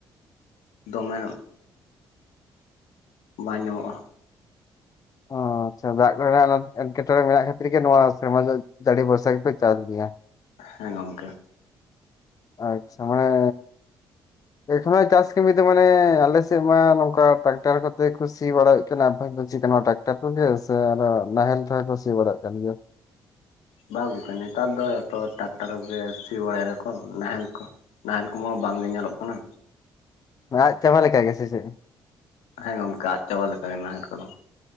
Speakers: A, on the left; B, on the left.
A: ᱫᱚᱢᱮ ᱵᱟᱝ ᱧᱟᱢᱚᱜ-ᱟ
B: ᱚ ᱟᱪᱪᱷᱟ ᱫᱟᱜ ᱠᱚ ᱨᱮᱱᱟᱜ ᱟᱱᱟᱴ ᱮᱴᱠᱮᱴᱚᱬᱮ ᱢᱮᱱᱟᱜ ᱠᱷᱟᱹᱛᱤᱨ ᱜᱮ ᱱᱚᱣᱟ ᱥᱮᱨᱢᱟ ᱡᱟᱹᱲᱤ ᱵᱷᱚᱨᱥᱟ ᱜᱮᱯᱮ ᱪᱟᱥ ᱜᱮᱭᱟ
A: ᱦᱮᱸ ᱜᱚᱝᱠᱮ
B: ᱟᱡ ᱪᱷᱟᱢᱟᱭᱮ ᱮᱠᱷᱚᱱᱟ ᱪᱟᱥ ᱠᱟᱹᱢᱤ ᱫᱚ ᱢᱟᱱᱮ ᱟᱞᱮᱮᱥᱮᱫ ᱢᱟ ᱱᱚᱝᱠᱟ ᱴᱨᱟᱠᱴᱟᱨ ᱠᱚᱛᱮ ᱠᱚ ᱥᱤ ᱵᱟᱲᱟᱭᱮᱫ ᱠᱟᱱᱟ ᱟᱯᱮ ᱥᱮᱫ ᱫᱚ ᱪᱤ ᱠᱟ ᱱᱚᱣᱟ ᱴᱟᱠ ᱛᱟᱠᱚ ᱜᱮ ᱥᱮ ᱟᱨᱚ ᱱᱟᱦᱮᱞ ᱛᱮᱦᱚᱸ ᱠᱚ ᱥᱤ ᱵᱟᱲᱟᱜ ᱠᱟᱱ ᱜᱮᱭᱟ
A: ᱵᱟᱝ ᱜᱚᱝᱠᱮ ᱱᱮᱛᱟᱨ ᱫᱚ ᱛᱚ ᱴᱟᱠᱴᱟᱨ ᱠᱚᱜᱮ ᱥᱤ ᱵᱟᱲᱟᱭᱮᱫᱟ ᱠᱚ ᱱᱟᱦᱮᱞ ᱠᱚ ᱱᱟᱦᱮᱞ ᱠᱚᱢᱟ ᱵᱟᱝᱜᱮ ᱧᱮᱞᱚᱜ ᱠᱟᱱᱟ
B: ᱟᱫ ᱪᱟᱵᱟ ᱞᱮᱠᱟ ᱜᱮ ᱥᱮ ᱪᱮᱫ
A: ᱦᱮᱸ ᱜᱚᱝᱠᱮ ᱟᱫ ᱪᱟᱵᱟ ᱞᱮᱠᱟ ᱜᱮ ᱱᱟᱦᱮᱞ ᱠᱚᱫᱚ